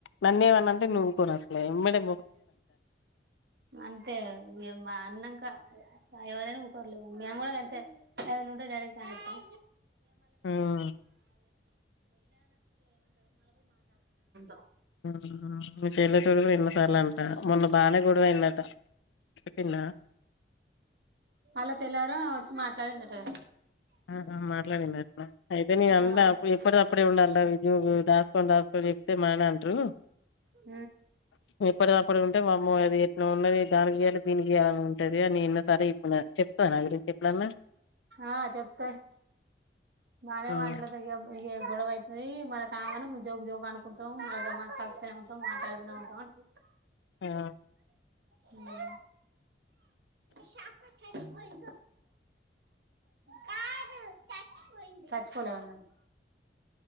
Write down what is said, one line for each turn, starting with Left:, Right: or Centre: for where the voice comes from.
Left: నన్నేమన్నాంటే నువ్వుకొను
Right: ఉమ్
Left: అసలే మడి
Right: అంతే గదా ఇంగేమ్ మా అన్నం క ఎవరైనా ఒకోరులే మీ అమ్మ గుడక అంతే ఏదైన ఉంటే డైరెక్ట్ అనిత్తాం
Left: మ్మ్
Right: <unintelligible>
Left: ఊ మీ సెల్లి తో గూడా ఎన్నొ సార్లు అంటా మొన్న బానే గొడవ అయిందట చెప్పింద
Right: మళ్లా తెల్లార వచ్చి మాట్లాడిందటగా
Left: ఆహా మట్లాడిందట్న అయితే నేను
Right: ఆ వచ్చి
Left: అప్పు ఎప్పుటి అప్పుడే ఉండాలిరా విజయో దాసుకొని దాసుకొని చెప్తే మాన అంటారు
Right: ఇ
Left: ఎప్పడిదప్పుడు ఉంటే వామ్మో అది ఎట్ల ఉన్నది దానికి జెయ్యల్ల దీనికి జెయ్యల్ల అని ఉంటది అని ఎన్నో సార్లు జెప్పినా చెప్తాదా నా గురించి ఎప్పుడన్నా
Right: ఆ చెప్తాయి బానే
Left: హ్మ్.
Right: మాట్లాత ఇ గొడవ అతుంది మన కామె జోగు జోగు అనుకుంటాం మ మా కతనే ఉంటాం మాట్డుతూనే ఉంటాం అ <inaudible>
Left: ఆ
Right: హ <inaudible> చపోయిచపోయి కా <unintelligible> చచ్చిపోలే ఉండంది